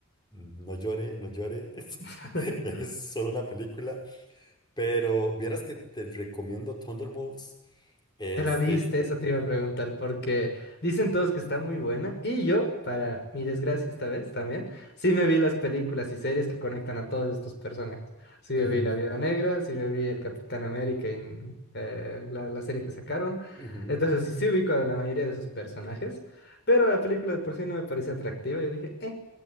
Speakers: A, on the left; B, on the left.
A: no llore, no llore, <laughs>
B: <laughs>
A: es solo una película, pero vieras que te recomiendo Thunderbolts, este,
B: ¿Te la viste? Eso te iba a preguntar porque dicen todos que está muy buena y yo, para mi desgracia esta vez también, sí me vi las películas y series que conectan a todos estos personajes. Sí me
A: ujú,
B: vi La Viuda Negra, sí me vi El Capitán América en eh, la, la serie que sacaron.
A: ujú.
B: Entonces sí, sí ubico a la mayoría de esos personajes, pero la película de por sí no me parece atractiva. Yo dije, eh,